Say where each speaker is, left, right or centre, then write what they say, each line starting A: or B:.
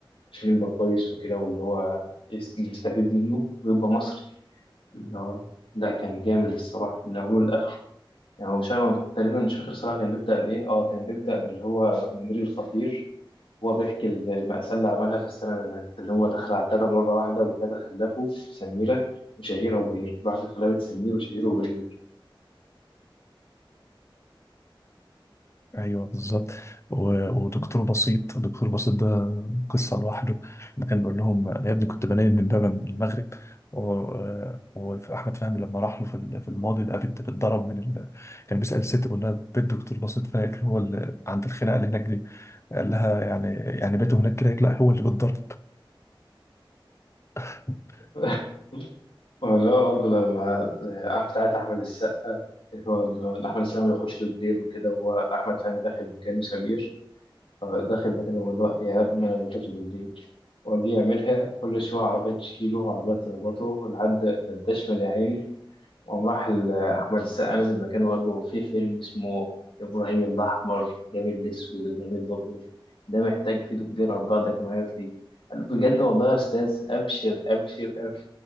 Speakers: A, on the left; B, on the left.
A: عشان يبقى كويس وكده واللي هو يس- يستفيد منه ويبقى مصري اللي هو لا كان جامد الصراحة من أوله لآخره يعني هو مش عارف تقريبا مش فاكر الصراحة كان بيبدأ بإيه اه كان بيبدأ باللي هو منير الخطير هو بيحكي المأساة اللي عملها في السنة اللي فاتت، اللي هو دخل على التلاتة مرة واحدة والتلاتة خلفه سميرة وشهيرة وبهير راحت خلفت سمير وشهيرة وبهير
B: ايوه بالظبط و- ودكتور بسيط دكتور بسيط ده قصه لوحده لما كان بيقول لهم انا يا ابني كنت بنام من بابا من المغرب و- واحمد فهمي لما راح له في ال- في الماضي لقى بنت بتضرب من ال... كان بيسال الست بيقول لها بيت دكتور بسيط فاكر هو اللي عند الخناقه اللي هناك دي قال لها يعني يعني بيته هناك كده لا هو اللي بيتضرب <laughs>
A: <laughs> لا برضه لما آه، بتاعت أحمد السقا اللي هو اللي أحمد السقا ما بياخدش دوبلير وكده هو أحمد فهمي داخل مكانه سمير فداخل مكانه بيقول له يا ابني أنا ما باخدش دوبلير وأجي يعملها كل شوية عربية تشيله وعربية تخبطه لحد ما اداش مال يا عيني وقام راح ل- أحمد السقا نزل مكانه وقال له في فيلم اسمه إبراهيم الأحمر إبراهيم الأسود إبراهيم الأبيض ده محتاج فيه دكتور هبعتك معايا فيه قال له بجد والله يا أستاذ أبشر أبشر أبشر